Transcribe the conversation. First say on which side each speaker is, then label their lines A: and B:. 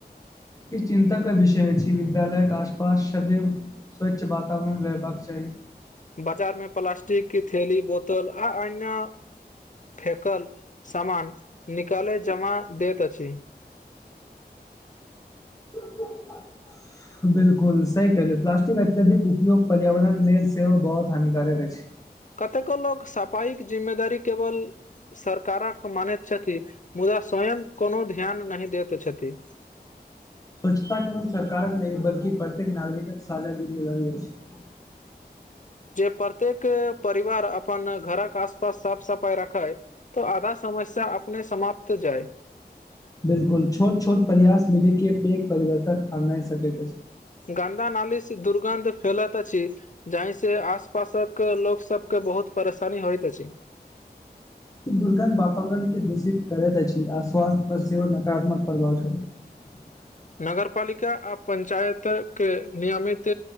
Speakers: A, on the left; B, on the left.
A: ई चिन्ताक विषय अछि, विद्यालयक आसपास सदैव स्वच्छ वातावरण रहबाक चाही।
B: बाजार में प्लास्टिक की थैली, बोतल आ एना। फेकल सामान निकालि कऽ जमा दैत अछि।
A: ज <unintelligible> बिल्कुल सही कहलहुँ, प्लास्टिकक अत्यधिक उपयोग पर्यावरण लेल सेहो बहुत हानिकारक अछि।
B: कतेको लोक सफाइक जिम्मेदारी केवल सरकारक मानैत छथि, मुदा स्वयं कोनो ध्यान नहि दैत छथि।
A: स्वच्छता केवल सरकारक नहि, बल्कि प्रत्येक नागरिकक साझा जिम्मेदारी अछि।
B: प्रत्येक परिवार अपन घरक आसपास साफ सफाइ रखै। तऽ आधा समस्या अपने समाप्त जाइ।
A: बिल्कुल, छोट छोट प्रयास मिलि कऽ पैघ परिवर्तन आनि सकैत अछि।
B: गन्दा नालीसँ दुर्गन्ध फैलैत अछि। जाहिसँ आस पासक लोकसभके बहुत परेशानी होइत अछि।
A: ई दुर्गन्ध वातावरणके दूषित करैत अछि आ स्वास्थ्य पर सेहो नकारात्मक प्रभाव पड़ैत अछि। <inaudible>
B: नगरपालिका आ पंचायतके नियमित